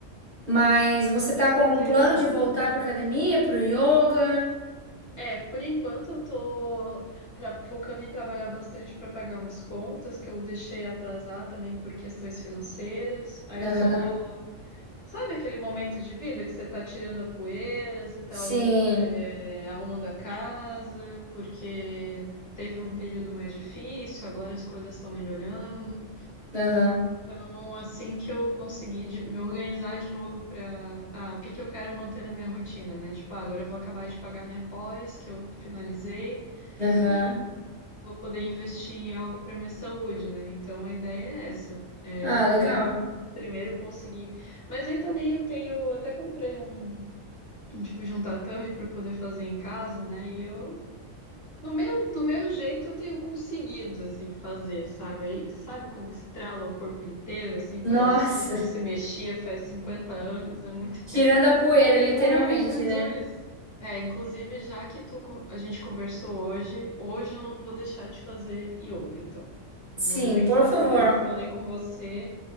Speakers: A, on the right (about 35°); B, on the left (about 55°).
A: Mas você
B: com
A: tá
B: certeza.
A: com algum plano de voltar pra academia, pro yoga?
B: É, por enquanto eu tô tra- focando em trabalhar bastante para pagar umas contas que eu deixei atrasar também por questões financeiras. Aí
A: Aham.
B: eu tô, sabe aquele momento de vida que você tá tirando a poeira, você tá
A: Sim.
B: é, arrumando a casa, porque teve um período mais difícil, agora as coisas estão melhorando.
A: Aham.
B: Então, assim que eu conseguir de- me organizar de novo para, o que que eu quero manter na minha rotina, né? Tipo, ah, agora eu vou acabar de pagar minha pós que eu finalizei
A: Aham.
B: e vou poder investir em algo para minha saúde, né? Então a ideia é essa, é
A: Ah,
B: eu poder
A: legal.
B: primeiro conseguir. Mas aí também eu tenho, até comprei um, um tipo de um tatame para poder fazer em casa, né? E eu no meu, do meu jeito eu tenho conseguido assim fazer, sabe? Aí sabe quando estrala o corpo inteiro, assim, parece
A: Nossa,
B: que você não se
A: <laughs>
B: mexia faz 50 anos, é muito
A: tirando a poeira, literalmente,
B: Ai, Jesus.
A: né?
B: É, inclusive, já que tu, con- a gente conversou hoje, hoje eu não vou deixar de fazer yoga, então.
A: Sim,
B: Vou pensar
A: por favor.
B: assim, hoje eu falei com você,